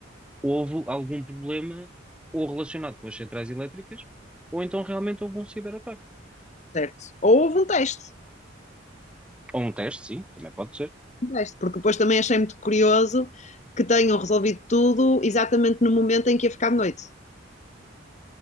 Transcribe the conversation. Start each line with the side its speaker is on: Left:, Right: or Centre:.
Centre: houve algum problema ou relacionado com as centrais elétricas, ou então realmente houve um ciberataque.
Left: certo. Ou houve um teste.
Centre: Ou um teste, sim, também pode ser.
Left: deste, porque depois também achei muito curioso que tenham resolvido tudo exatamente no momento em que ia ficar de noite.